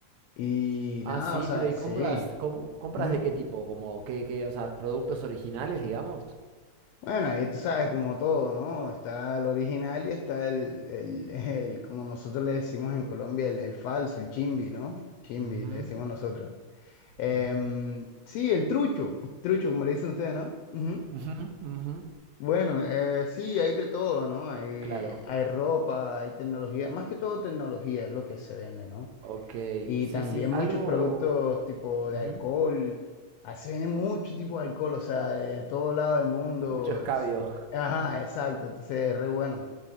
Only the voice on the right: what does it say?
Ah,
sí,
pero ¿y
compras, com- compras
de qué tipo? Como qué, qué, o sea, productos originales, digamos.
Ujú,
ujú,
ujú, ujú.
Claro.
Ok,
sí,
sí, algo...
ujú.
Mucho escabio.